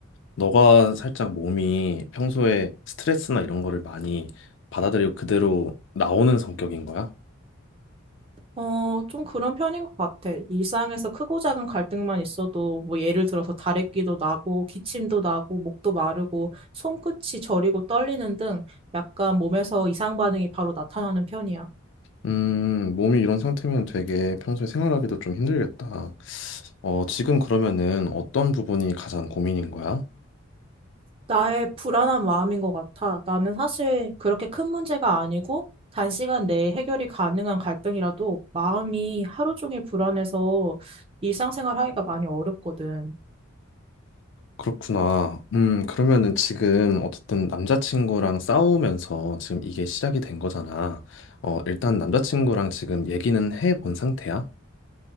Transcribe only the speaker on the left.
너가 살짝 몸이 평소에 스트레스나 이런 거를 많이 받아들이고 그대로 나오는 성격인 거야?
음, 몸이 이런 상태면 되게 평소에 생활하기도 좀 힘들겠다. 어, 지금 그러면은 어떤 부분이 가장 고민인 거야?
그렇구나. 음, 그러면은 지금 어쨌든 남자친구랑 싸우면서 지금 이게 시작이 된 거잖아. 어, 일단 남자친구랑 지금 얘기는 해본 상태야?